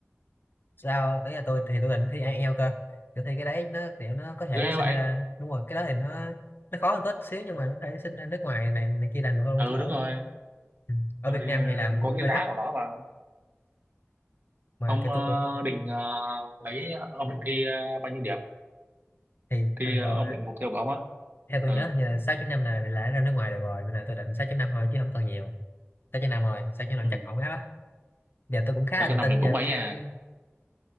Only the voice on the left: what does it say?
sao ấy là tôi thì tôi định thi IELTS cơ kiểu thi cái đấy nó kiểu nó có thể
sinh
ra đúng rồi cái đó thì nó nó khó hơn tốt xíu nhưng mà nó có thể sinh ra nước ngoài này này kia làm được hơn
chứ ở
ừ. ở
Việt
Nam
thì làm mình
luôn
hơi
thấp
mà
cái
tôi cũng
thì thường
thường
theo tôi
nhớ hình như là 6 năm này là ra nước ngoài được rồi nên là tôi định 6 năm thôi chứ không cần nhiều 6.5 rồi 6 năm
chắc ổn áp á giờ tôi cũng khá
là
tự
tin
vào
cái